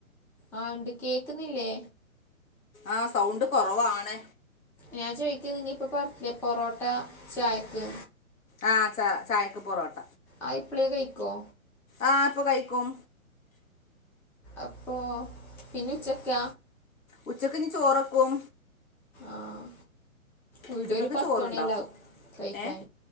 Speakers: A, in the centre; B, on the left.
A: ആ ഉണ്ട് കേക്കുന്നില്ലേ
B: ആ സൗണ്ട് കുറവാണ്
A: ഞാൻ ചോദിക്കുന്നു നിനിയിപ്പൊ പറത്തില്ല പൊറോട്ട ചായക്ക്
B: ആ ച ചായക്ക് പൊറോട്ട
A: ആ ഇപ്പോളേ കഴിക്കോ
B: ആഹ് ഇപ്പൊ കഴിക്കും
A: അപ്പോ പിന്നി ഉച്ചക്ക
B: ഉച്ചക്ക്‌ ഇനി ചോറക്കും
A: ആഹ് വീടെ
B: ഉച്ചക്കൊക്കെ
A: ഒരു പത്ത്ണിയല്ലാവും
B: ചോറുണ്ടാക്കും
A: കൈക്കാൻ
B: ഏ